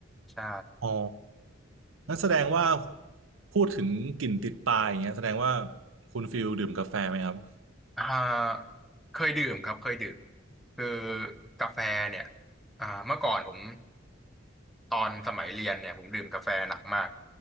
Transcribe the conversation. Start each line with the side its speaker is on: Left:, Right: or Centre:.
Centre: ใช่
Right: อ๋อนั่นแสดงว่าพูดถึงกลิ่นติดปลายอย่างเงี้ยแสดงว่าคุณฟิลดื่มกาแฟไหมครับ
Centre: อ่าเคยดื่มครับเคยดื่มคือกาแฟเนี่ยอ่าเมื่อก่อนผมตอนสมัยเรียนเนี่ยผมดื่มกาแฟหนักมาก